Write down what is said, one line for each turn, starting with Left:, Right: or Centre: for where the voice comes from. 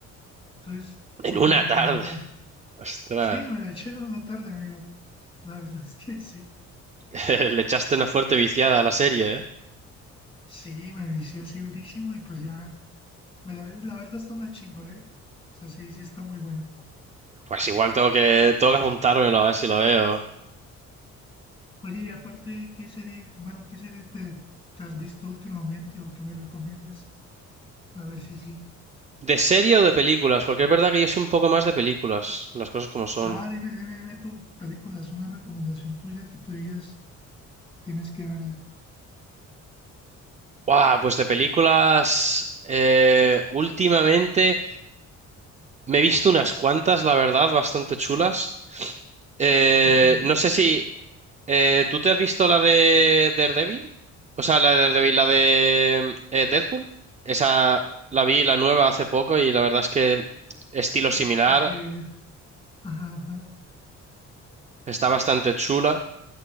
Left: Entonces, súper
Right: En una
Left: recomendada.
Right: tarde. Ostras,
Left: Sí, me la eché en una tarde, amigo. La verdad es que sí.
Right: <laughs> le echaste una fuerte viciada a la serie, ¿eh?
Left: Sí, me vicié así durísimo y pues ya. Me la, la verdad está una chimba, ¿eh? O sea, sí, sí está muy buena.
Right: Pues igual tengo que, tengo que apuntármelo a ver si lo veo.
Left: Oye, y aparte, ¿qué serie, bueno, qué serie te, te has visto últimamente o que me recomiendes? A ver si sí.
Right: ¿De serie o de películas? Porque es verdad que yo soy un poco más de películas, las cosas como son.
Left: Ah, dime, dime, dime tú, películas, una recomendación tuya que tú digas, tienes que verla.
Right: ¡Guau! Pues de películas. eh, últimamente me he visto unas cuantas, la verdad, bastante chulas. Eh,
Left: Ajá.
Right: no sé si. eh, ¿tú te has visto la de Daredevil? O sea, la de Daredevil, la de eh, Deadpool. Esa la vi, la nueva, hace poco y la verdad es que estilo
Left: es
Right: similar,
Left: La que, ajá, ajá.
Right: está bastante chula,